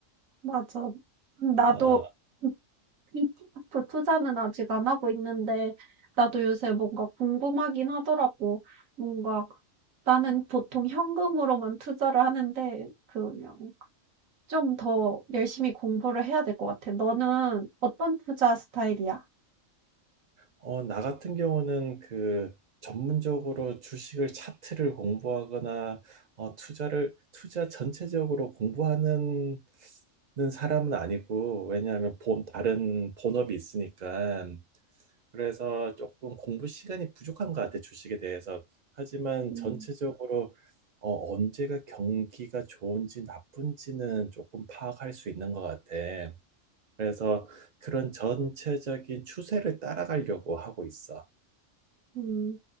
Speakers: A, on the right; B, on the right.
A: 맞아. 음, 나도
B: 어,
A: ETF 투자는 아직 안 하고 있는데 나도 요새 뭔가 궁금하긴 하더라고. 뭔가 나는 보통 현금으로만 투자를 하는데 그 그냥 좀 더 열심히 공부를 해야 될 것 같아. 너는 어떤 투자 스타일이야?
B: 어, 나 같은 경우는 그 전문적으로 주식을 차트를 공부하거나 어, 투자를 투자 전체적으로 공부하는 는 사람은 아니고 왜냐하면 본 다른 본업이 있으니까 그래서 조금 공부 시간이 부족한 것 같아 주식에 대해서 하지만
A: 음,
B: 전체적으로 어, 언제가 경기가 좋은지 나쁜지는 조금 파악할 수 있는 것 같아 그래서 그런 전체적인 추세를 따라가려고 하고 있어.
A: 음,